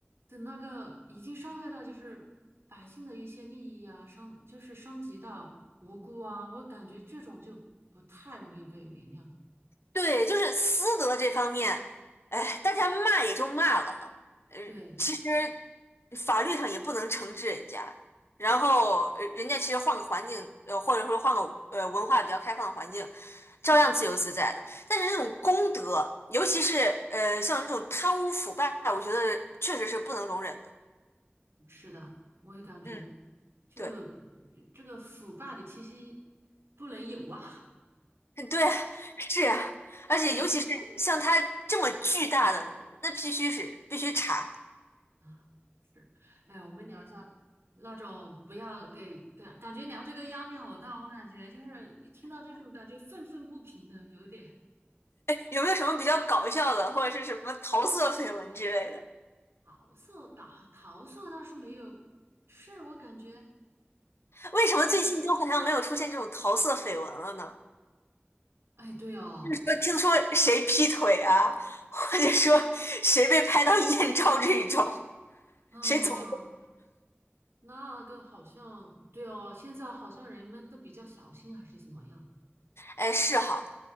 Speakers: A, on the right; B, on the left.
A: 的那个已经伤害到就是百姓的一些利益啊，伤就是伤及到无辜啊，我感觉这种就不太容易被原谅。
B: 对，就是私德这方面，哎，大家骂也就骂了，呃，
A: 对，
B: 其实法律上也不能惩治人家。然后，呃人家其实换个环境，呃，或者说换个呃文化比较开放的环境，照样自由自在的。但是这种公德，尤其是呃像这种贪污腐败，我觉得确实是不能容忍的。
A: 是的，我也感觉，
B: 嗯，
A: 就呃
B: 对，
A: 这个腐败的气息不能有啊。
B: 嗯对，是啊，而且尤其是像他这么巨大的，
A: 感觉
B: 那必须是必须查。
A: 啊，是，哎呀，我们聊一下嗯那种不要给感感觉聊这个压力好大，我感觉就是一听到这种感觉愤愤不平的，有一点
B: 有没有什么比较搞笑的，或者是什么桃色绯闻之类的？
A: 桃色倒桃色倒是没有，只是我感觉，
B: 为什么最近都好像没有出现这种桃色绯闻了呢？
A: 哎哎，对哦，
B: 就是说，听说谁劈腿啊，或者说谁被拍到艳照这一种，
A: 啊，
B: 谁怎么？
A: 那个好像对哦，现在好像人们都比较小心还是怎么样？
B: 哎，是哈，